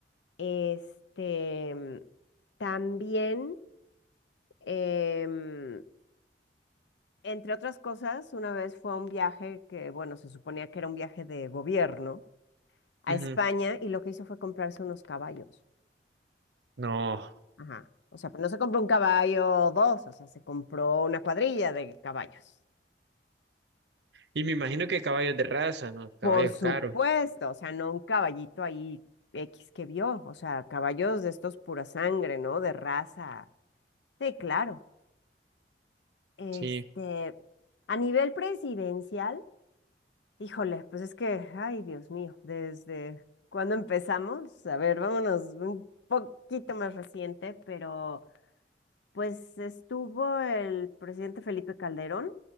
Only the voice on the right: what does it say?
ujú.
No.
Y me imagino que caballos de raza, ¿no? Caballos
caros,
sí.